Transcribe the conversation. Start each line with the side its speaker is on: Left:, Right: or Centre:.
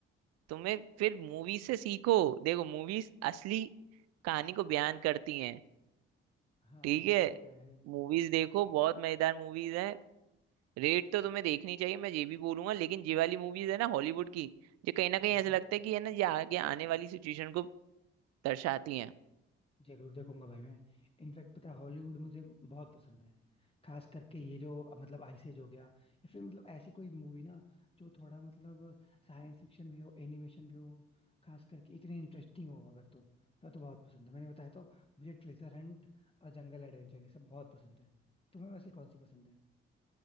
Right: तुम्हें फिर मूवी से सीखो देखो मूवीज असली कहानी को बयान करती हैं
Left: हाँ
Right: ठीक
Left: वो
Right: है
Left: तो पता है
Right: मूवीज देखो बहुत मजेदार मूवीज हैं रेड तो तुम्हें देखनी चाहिए मैं ये भी बोलूंगा लेकिन ये वाली मूवीज है ना हॉलीवुड की ये कहीं
Left: हाँ
Right: ना कहीं
Left: हाँ
Right: ऐसा लगता है कि है ना ये आगे आने वाली सिचुएशन को दर्शाती हैं
Left: जरूर देखूंगा भाई मैं इनफैक्ट पता है हॉलीवुड मुझे बहुत पसंद है खास करके ये जो मतलब आइसेज हो गया या फिर मतलब ऐसी कोई मूवी ना जो थोड़ा मतलब साइंस फिक्शन भी हो एनिमेशन भी हो खास करके इतनी इंटरेस्टिंग हो अगर तो तो, तो बहुत पसंद है मैंने बताया तो मुझे ट्रेजर हंट और जंगल एडवेंचर ये सब बहुत पसंद है तुम्हें वैसे कौन सी पसंद है